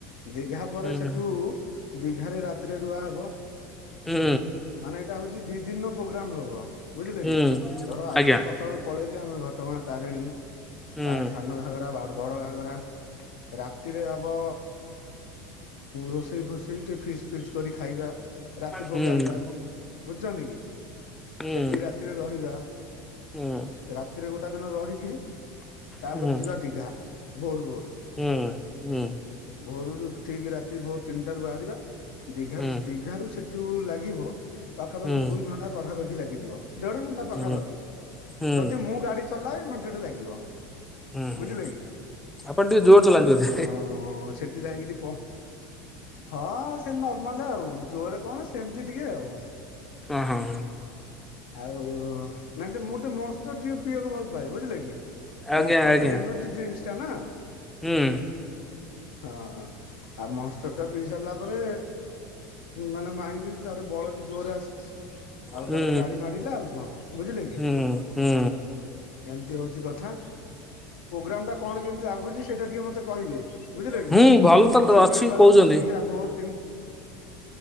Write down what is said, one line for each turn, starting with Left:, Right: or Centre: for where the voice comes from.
Left: ଦୀଘା ପରେ
Centre: ହୁଁ
Left: ସେଠୁ ଦୀଘାରେ ରାତିରେ ରୁଆ ହେବ।
Centre: ହୁଁ।
Left: ମାନେ ଏଇଟା ହଉଛି ଦି ଦିନ ର ପ୍ରୋଗ୍ରାମ ହବ ବୁଝିଲେ
Centre: ହୁଁ
Left: କି ଧର ଆଜି
Centre: ଆଜ୍ଞା
Left: ସକା ସକାଳୁ ପଳେଇଲେ ଆମେ ଘଟଗାଁ ତାରିଣୀ
Centre: ହୁଁ
Left: ତାର ସାନ ଘାଗରା ବଡ଼ ଘାଗରା। ରାତିରେ ହବ ରୋଷେଇ ଫୋଷେଇ ଟିକେ ଫିଚ ଫିଚ କରି ଖାଇବା ରାତି ପ୍ରୋଗ୍ରାମ
Centre: ହୁଁ
Left: ଟା। ବୁଝୁଛନ୍ତି କି
Centre: ହୁଁ
Left: ସେଠି ରାତିରେ ରହିବା।
Centre: ହୁଁ
Left: ରାତିରେ ଗୋଟା ଦିନ ରହିକରି ତାପରେ
Centre: ହୁଁ
Left: ଯିବା ଦିଘା। ଭୋରୁ ଭୋରୁ
Centre: ହୁଁ ହୁଁ ହୁଁ
Left: ଭୋରୁରୁ ଠିକ ରାତି ଭୋର ତିନିଟାରୁ ବାହାରିବା। ଦିଘ
Centre: ହୁଁ
Left: ଦିଘାରୁ ସେଠୁ ଲାଗିବ ପାଖାପାଖି
Centre: ହୁଁ
Left: ଦୁଇ ଘଣ୍ଟା ପାଖାପାଖି ଲାଗିଯିବ। ଦେଢ ଘଣ୍ଟା ପାଖାପାଖି
Centre: ହୁଁ ହୁଁ
Left: ଯଦି ମୁଁ ଗାଡି ଚଲାଏ ଘଣ୍ଟେଟେ ଲାଗିବ।
Centre: ହୁଁ
Left: ବୁଝିଲେ କି
Centre: ଆପଣ ଟିକେ ଜୋର ଚଲାନ୍ତି
Left: ଆଉ
Centre: ବୋଧେ
Left: ସେଠି ଯାଇକରି ହଁ ସେ ନର୍ମାଲ ଆଉ ଜୋରେ କଣ ସେମିତି ଟିକେ ଆଉ
Centre: ହଁ ହଁ।
Left: ଆଉ ନାଇଁ ମୁଁ ତେ ମଷ୍ଟର ଟିକେ ପିଇବାକୁ ଭଲ ପାଏ ବୁଝିଲେ କି।
Centre: ଆଜ୍ଞା
Left: ମଷ୍ଟଟ
Centre: ଆଜ୍ଞା
Left: ଏନର୍ଜି ଡ୍ରିଙ୍କସ ଟା ନା।
Centre: ହୁଁ
Left: ହଁ ଆଉ ମସ ଟା ପିଇ ସାରିଲା ପରେ ମାନେ ମାଇଁଡି ବଳ ବି ଜୋର ଆଉ
Centre: ହୁଁ
Left: ତାପରେ ଗାଡି ମାଡିଲା ଆଉ କଣ ବୁଝିଲେ କି।
Centre: ହୁଁ ହୁଁ
Left: ଏମିତି ହଉଛି କଥା ପ୍ରୋଗ୍ରାମ ଟା କଣ କେମତି ଲାଗୁଛି ସେଇଟା ଟିକେ ମତେ କହିବେ। ବୁଝିଲେ କି
Centre: ହୁଁ ଭଲ ତ
Left: ଶିମିଳି
Centre: ଅଛି
Left: ପାାଳରୁ
Centre: କହୁଛନ୍ତି।
Left: ସିକି ହଁ